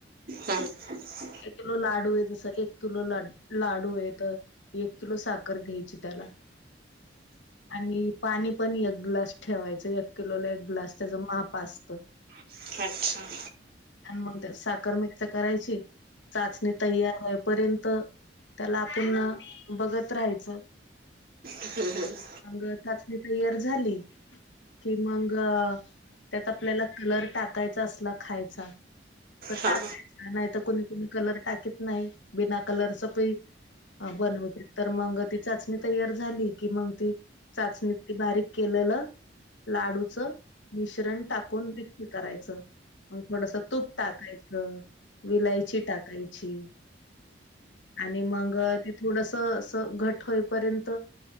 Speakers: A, on the right; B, on the left.
A: हम्.
B: एक किलो लाडू आहे जसं एक किलो ला लाडू आहे तर मी, एक किलो साखर घ्यायची त्याला. आणि पाणी एक ग्लास ठेवायचं एक किलोला ला अस त्याच माप असत.
A: अच्छा.
B: आणि मग ते साखर मिक्स करायची का चाचणी तयार होईपर्यंत त्याला आपण बघत राहायचं. <inaudible>
A: हम् हम्
B: आणि एकाची पियर झाली कि मंग अ त्यात आपल्याला कलर टाकायचा असला खायचा. तर त्यात
A: हा.
B: नाही तर कुणी कोणी कलर टाकीत नाही बिना कलरच पिट, बनवते तर मग ती चाचणी तयार झाली कि मग ती चाचणी बारीक केलेलं.. लाडू च मिश्रण टाकून विक करायचं. मग थोडस तूप टाकायच विलायची टाकायची. आणि मग ते थोडस अस घट होईपर्यंत.